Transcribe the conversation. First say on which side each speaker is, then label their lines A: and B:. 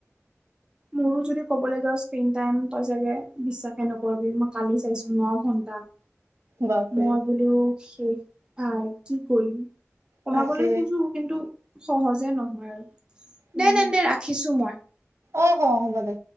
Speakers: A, on the right (about 15°); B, on the right (about 65°).
A: মোৰো যদি কবলৈ যাওঁ স্ক্ৰীন টাইম তই চাগে বিশ্বাসে নকৰিবি মই কালি চাইছো ন ঘণ্টা।
B: বাপৰে
A: মই বোলো শেষ ভাই, কি কৰিম কমাবলৈ
B: তাকে
A: খোজো কিন্তু সহজে নহয় আৰু
B: উম
A: দে তেন্তুে দে ৰাখিছো মই।
B: অ', হ' হ'ব দে।